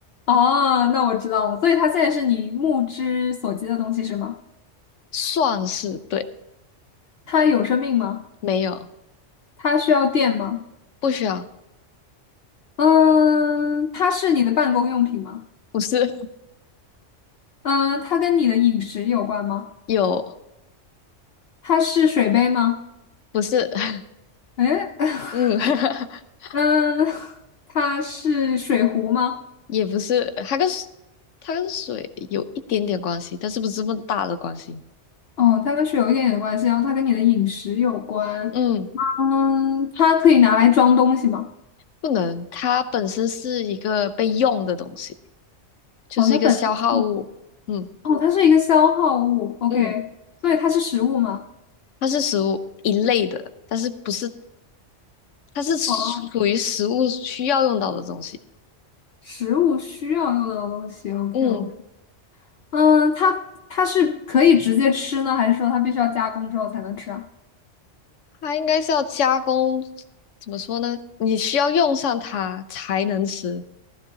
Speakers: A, on the left; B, on the left.
A: 哦，那我知道了。所以它现在是你目之所及的东西是吗？
B: 算是对，
A: 它有生命吗？
B: 没有，
A: 它需要电吗？
B: 不需要，
A: 嗯，它是你的办公用品吗？
B: 不是
A: 嗯，它跟你的饮食有关吗？
B: 有，
A: 它是水杯吗？
B: 不是，<laughs>
A: 诶，<laughs>
B: 嗯，<laughs>
A: 嗯，它是水壶吗？
B: 也不是，它跟水它跟水有一点点关系，但是不是这么大的关系，
A: 哦，它跟水有一点点关系，然后它跟你的饮食有关。
B: 嗯，
A: 嗯，它可以拿来装东西吗？
B: 不能，它本身是一个被用的东西，就是一个消耗物，
A: 哦，它本身是
B: 嗯
A: 哦，它是一个消耗物。OK，
B: 嗯，
A: 所以它是食物吗？
B: 它是食物一类的，但是不是，它是属于食物需要用到的东西，
A: 哦。食物需要用到的东西，OK
B: 嗯。
A: OK。嗯，它它是可以直接吃呢，还是说它必须要加工之后才能吃啊？
B: 它应该是要加工，怎么说呢？你需要用上它才能吃。